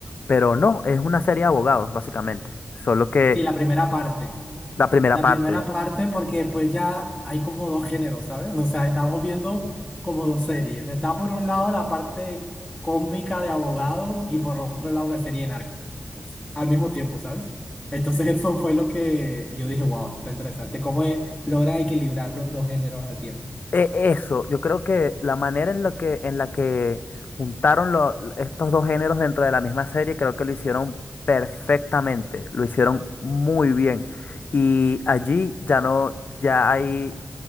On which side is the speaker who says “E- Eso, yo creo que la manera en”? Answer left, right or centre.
Left